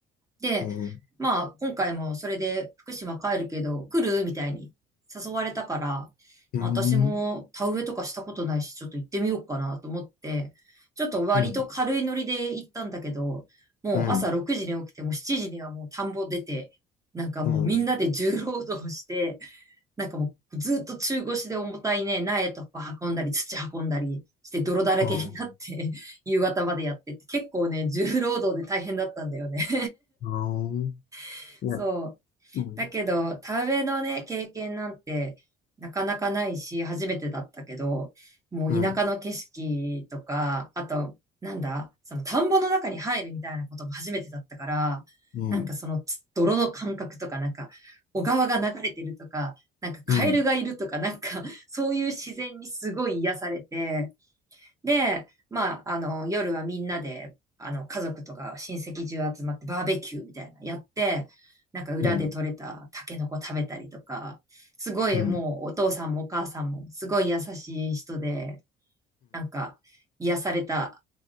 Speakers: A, on the right (about 20°); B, on the left (about 55°).
A: う。で、
B: うん、
A: まあ、今回もそれで福島帰るけど、来るみたいに誘われたから、
B: うん、
A: まあ、私も田植えとかしたことないし、ちょっと行ってみようかなと思って、ちょっと割と軽いノリで行ったんだけど、
B: うん、
A: もう朝6時に起きて、
B: うん、
A: もう7時にはもう田んぼ出て、なんかもうみんなで重労働して、
B: うん、
A: なんかもうずっと中腰で重たいね、苗とか運んだり、土運んだりして泥だらけになって
B: うん、
A: <laughs> 夕方までやってって、結構ね、重労働で大変だったんだよね
B: うん。
A: <laughs>
B: いや、
A: そう。
B: うん、
A: だけど、田植えのね、経験なんてなかなかないし、初めてだったけど、もう田舎の景色とか、
B: うん、
A: あと、なんだ、その田んぼの中に入るみたいなことも初めてだったから、
B: うん、
A: なんかそのつ泥の感覚とか、なんか小川が流れてるとか、なんかカエルがいるとか、
B: うん、うん、
A: なんかそういう自然にすごい癒されて、で、まあ、あの、夜はみんなで、あの、家族とか親戚中集まってバーベキューみたいなやって、なんか裏で採れたタケノコ食べたりとか、
B: うん、うん、
A: すごいもうお父さんもお母さんもすごい優しい人で、
B: うん、
A: なんか癒された、